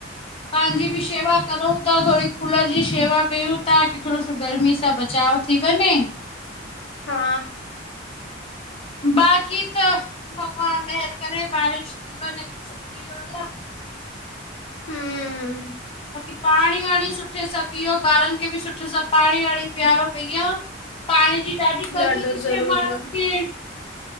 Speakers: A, on the left; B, on the left.
A: पंहिंजी बि शेवा कयूं था थोरी कूलर जी शेवा कयूं था की थोरो सो गर्मी सां बचाव थि व ने।
B: हा
A: बाक़ी त भॻवान महिर करे बारिश जीवन हिक सुठी ॻाल्हि आ
B: हम्म
A: बाक़ी पाणी वाणी सुठे सां पीओ ॿारनि खे बि सुठे सां पाणी वाणी पीआरो भईया पाण जी ॾाढी कमी
B: ॾाढो
A: थी
B: ज़रूरी
A: माण्हुनि
B: आ
A: खे